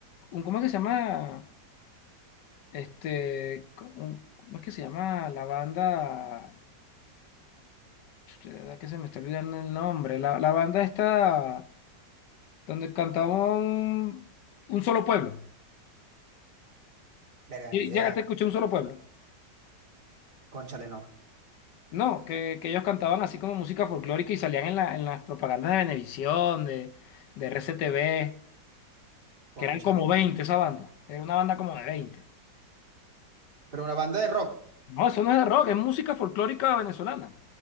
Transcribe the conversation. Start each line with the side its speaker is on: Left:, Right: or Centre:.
Left: un ¿cómo es que se llama? Este, co- un- ¿cómo es que se llama la banda? Ch- Que se me está olvidando el nombre. La, la banda está donde cantaba un, un solo pueblo.
Right: Verga,
Left: Y
Right: ni idea.
Left: llegaste a escuchar un solo pueblo.
Right: Cónchale, no.
Left: No, que, que ellos cantaban así como música folclórica y salían en la, en las propagandas de Venevisión, de, de RCTV,
Right: Cónchale,
Left: que eran como
Right: ni-
Left: 20 esa banda. Era una banda como de veinte
Right: Pero una banda de rock.
Left: No, eso no es de rock, es música folclórica venezolana.